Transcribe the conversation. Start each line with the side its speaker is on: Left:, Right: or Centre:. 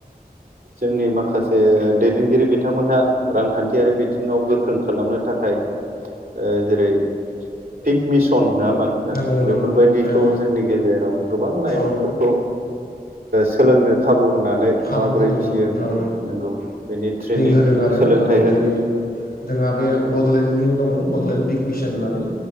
Right: जोंनि माखासे दैदेनगिरि बिथांमोनहा रांखान्थियारि बिथिङाव गोख्रों खालामनो थाखाय जेरै पिक मिसन नडा़ होनबा नोंथां
Left: नंगौ
Right: बेफोरबायदि
Left: नंगौ
Right: खौ
Left: ओ
Right: जोंनि गेजेराव गोबां लाइमोनफोरखौ
Left: औ
Right: सोलोंनो खाबु होनानै
Left: खाबु
Right: माबोरै
Left: होदों
Right: फिसियो
Left: औ
Right: नंगौ बेनि ट्रेनिं
Left: होदों आरो
Right: सोलोंथाइ
Left: औ
Right: होदों
Left: जेरै जोंहा बे बड'लेण्डनि दङ बड'लेण्ड पिक मिसन होननानै